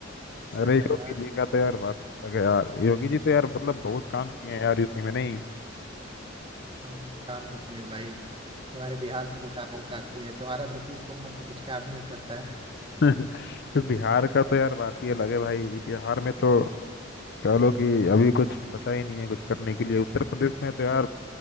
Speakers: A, on the right; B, on the left.
A: सही
B: अरे
A: है
B: योगी
A: यार
B: जी का तो यार बात ही अलग है यार योगी जी तो यार मतलब बहुत काम किए हैं यार यूपी में नहीं
A: हम काम तो किए भाई तुम्हारे बिहार से तो ज्यादा ही काम किए तुम्हारा नीतीश कुमार तो कुछ काम ही नहीं करता है
B: <laughs> तो बिहार का तो यार बात ही अलग है भाई बिहार में तो कह लो कि अभी कुछ बचा ही नहीं है कुछ करने के लिए उत्तर प्रदेश में तो यार